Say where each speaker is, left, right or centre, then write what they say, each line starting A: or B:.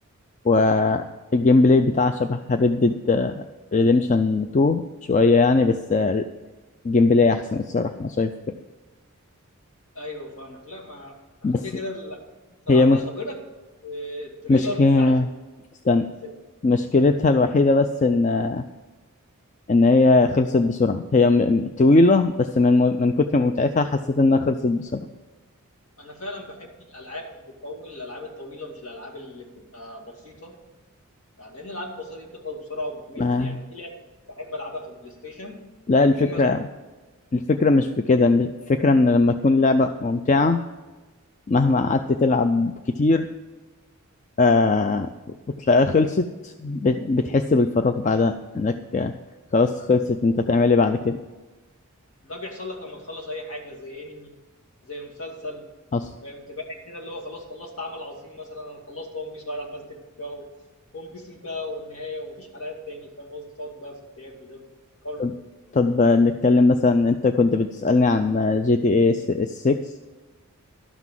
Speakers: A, on the left; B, on the left.
A: والجيم بلاي بتاعه شبه ريد ديد ريديمشن 2 شوية يعني بس آه، الجيم بلاي أحسن الصراحة أنا شايف كده
B: أيوه فاهمك لا ما احكي
A: بس
B: كده اللي تلعبها
A: هي مش
B: طب إيه رأيك في التريلر
A: مش
B: بتاع جي
A: استنى
B: 6
A: مشكلتها الوحيدة بس إن آه، إن هي خلصت بسرعة هي م- م- طويلة بس من من كتر متعتها حسيت إنها خلصت بسرعة
B: أنا فعلا بحب الألعاب اللي بتطول الألعاب الطويلة مش الألعاب اللي بتبقى بسيطة يعني لان الالعاب البسيطه دي بتخلص بسرعه وبتمل
A: ما
B: يعني في لعبه بحب العبها في البلاي ستيشن
A: لا
B: اتنين
A: الفكرة
B: مسجونين
A: الفكرة مش في كده الفكرة إن لما تكون لعبة ممتعة مهما قعدت تلعب كتير آه وتلاقيها خلصت بت- بتحس بالفراغ بعدها إنك آه، خلاص خلصت أنت تعمل إيه بعد كده
B: ده بيحصل لك لما تخلص اي حاجه زي انمي زي مسلسل
A: أصلا
B: فاهم تبقى قاعد كده اللي هو خلاص خلصت عمل عظيم مثلا انا خلصت ون بيس وقاعد عمال تبكي بقى و- ون بيس انتهى والنهايه ومفيش حلقات تاني فاهم قصدي تقعد بقى في اكتئاب لمده قرن
A: طب طب آه، نتكلم مثلا أنت كنت بتسألني عن جي تي اي 6